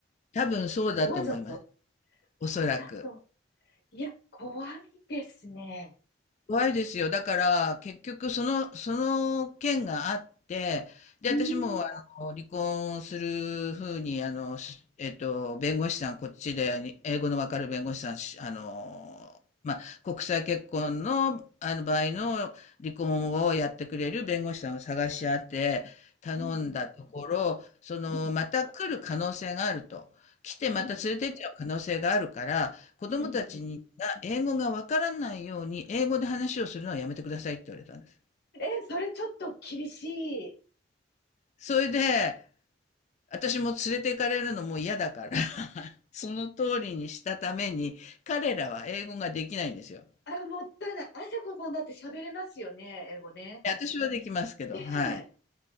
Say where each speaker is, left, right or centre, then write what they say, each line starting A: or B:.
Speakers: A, on the left; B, on the left.
A: 多分そうだと思います。
B: わざと
A: おそらく。
B: わざと。いや、怖いですね。
A: 怖いですよ。だから、結局、その、その件があって、で、
B: うーん。
A: 私も、あの、離婚するふうに、あの、しえっと、弁護士さん、こっちで、に英語のわかる弁護士さん、しあの、まあ、国際結婚の、あの、場合の離婚をやってくれる弁護士さんを探し当て、頼んだところ、
B: うんうん
A: その、
B: うん
A: また来る可能性があると。来てまた連れてっちゃう可能性があるから、
B: うん
A: 子供たちに英語がわからないように、
B: うんうん
A: 英語で話をするのはやめてくださいって言われたんです。
B: え、それちょっと厳しい。
A: それで、私も連れて行かれるのも嫌だから <laughs> その通りにしたために、彼らは英語ができないんですよ。
B: あ、もったいない。あさこさんだって喋れますよね、英語ね。
A: 私はできますけど、
B: ねえ。
A: はい。